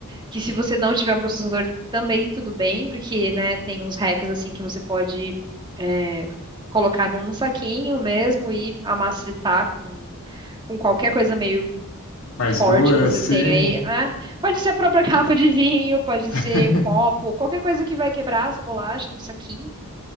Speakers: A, on the right; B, on the left.
A: que se você não tiver um processador também tudo bem, porque, né, tem uns hacks assim que você pode é, colocar num saquinho mesmo e amacetar com, com qualquer coisa meio
B: mais
A: forte
B: dura,
A: que você
B: assim.
A: tenha aí. Ah, pode ser a própria <laughs> garrafa de vinho, pode
B: <laughs>
A: ser um copo, qualquer coisa que vai quebrar essa bolacha no saquinho